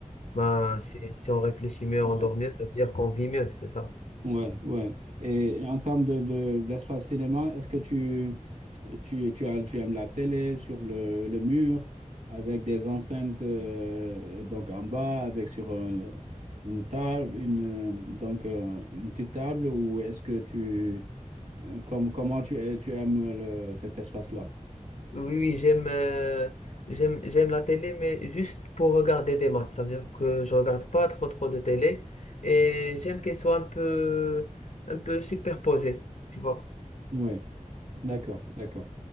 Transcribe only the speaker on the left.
Ben, si, si on réfléchit mieux,
on dort mieux, ça veut dire qu'on vit mieux, c'est ça.
Oui, oui, j'aime euh, j'aime j'aime la télé, mais juste pour regarder des matchs. Ça veut dire que je regarde pas trop trop de télé et j'aime qu'elle soit un peu un peu superposée, tu vois,